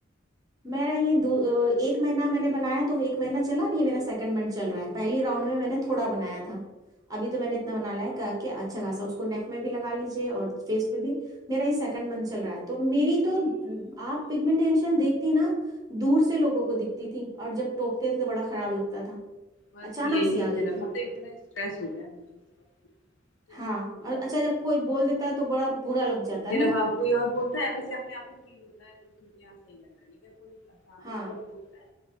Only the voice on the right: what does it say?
میرا یہ ایک مہینہ میں نے بنایا تو وہ ایک مہینہ چلا اب یہ میرا سیکنڈ منتھ چل رہا ہے پہلی راؤنڈ میں میں نے تھوڑا بنایا تھا ابھی تو میں نے اتنا بنا لا ہے کہ کہ اچھا خاصا اس کو نیک میں بھی لگا لیجیے اور فیس پہ بھی میرا یہ سیکنڈ منتھ چل رہا ہے تو میری تو آپ پگمن ینشن دیکھ نہا دور سے لووں کو
دکھتی تھی اور جب ٹوکتے تھے بڑا خراب لگتا تھا
اچانک
سی آ
گئی
تھی
ہاں
اور
اچھا جب
کوئی
بول
دیتا ہے
تو بڑا برا لگ جاتا ہے نا
ہاں